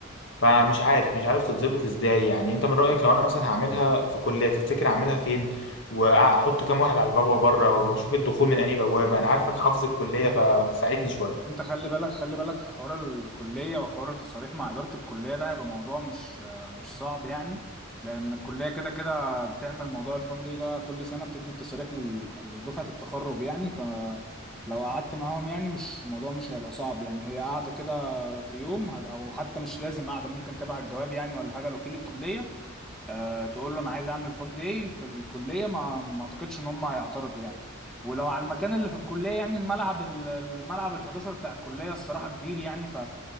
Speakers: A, on the left (about 60°); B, in the centre.
A: فمش عارف مش عارف تتظبط ازاي يعني انت من رأيك لو انا مثلا هعملها في كلية تفتكر اعملها فين واحط كام واحد على البابا بره واشوف الدخول من انهي بوابة انا عارفك حافظ الكلية فساعدني شوية
B: انت خلي بالك خلي بالك في حوار الكلية وحوار التصاريح مع إدارة الكلية ده هيبقى موضوع مش مش صعب يعني لأن الكلية كده كده بتعمل موضوع الفندق ده كل سنة بتدي التصاريح لل- لدفعة التخرج يعني فلو قعدت معاهم يعني مش الموضوع مش هيبقى صعب يعني هي قاعدة كده في يوم هت- أو حتى مش لازم قاعدة ممكن تبعت الجواب يعني ولا حاجة لوكيل الكلية آه، تقول له انا عايز اعمل فان داي في الكليه ما ما اعتقدش ان هم هيعترضوا يعني ولو على المكان اللي في الكليه يعني الملعب ال- الملعب ال11 بتاع الكليه الصراحه كبير يعني ف